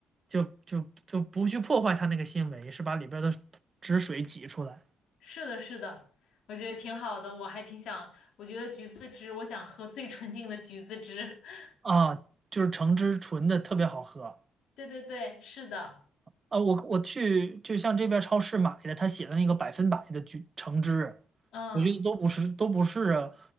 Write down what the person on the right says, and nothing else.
就就就不去破坏它那个纤维，是把里边的汁水挤出来。
啊，就是橙汁纯的特别好喝啊
啊！我我去就像这边超市买的，他写的那个百分百的橘橙汁啊，
我觉得都不是都不是